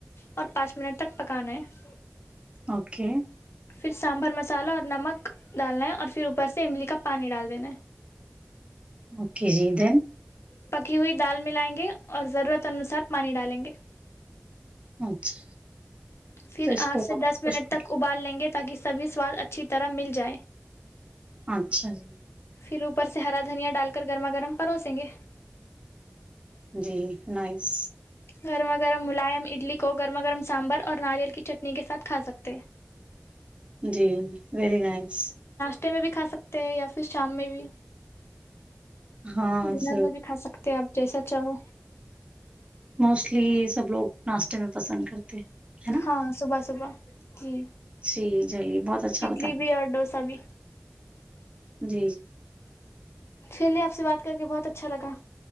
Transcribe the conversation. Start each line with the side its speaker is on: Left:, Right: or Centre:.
Left: اور پانچ منٹ تک پکانا ہے
Right: اوکے
Left: پھر سانبھر مسالہ اور نمک ڈالنا ہے اور پھر اوپر سے املی کا پانی ڈال دینا ہے
Right: اوکے جی دین
Left: پکی ہوئی دال ملائیں گے اور ضرورت انوسار پانی ڈالیں گے
Right: اچھا
Left: پھر
Right: تو اس
Left: آٹھ
Right: کو
Left: سے
Right: کچھ
Left: دس منٹ تک ابال لیں گے تاکہ سبھی سواد اچھی طرح مل جائے
Right: اچھا جی
Left: پھر اوپر سے ہرا دھنیا ڈال کر گرما گرم پروسیں گے
Right: جی نائس
Left: گرما گرم ملائم اڈلی کو گرما گرم سانبر اور ناریل کی چٹنی کے ساتھ کھا سکتے
Right: جی ویری نائس
Left: تے میں بھی کھا سکتے ہیں یا پھر شام میں بھی
Right: ہاں
Left: ڈینر
Right: سر
Left: میں بھی کھا سکتے کے آپ جیسا چاہو
Right: موسٹلی سب لوگ ناشتے میں پسند کرتے ہیں ہے نا
Left: ہاں صبح صبح جی
Right: جی چلیے بہت اچھا
Left: اڈلی
Right: بتا
Left: بھی اور ڈوسا بھی
Right: جی
Left: چلیے آپ سے بات کر کے بہت اچھا لگا